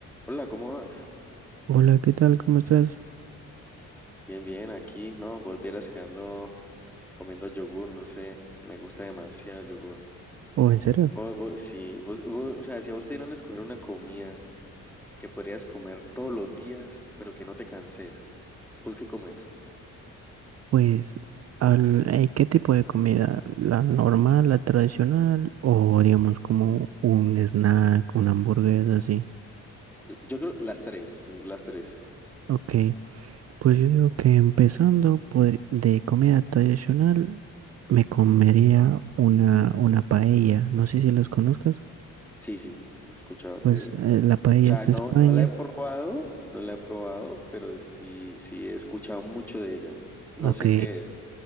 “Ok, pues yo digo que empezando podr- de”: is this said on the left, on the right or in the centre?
Right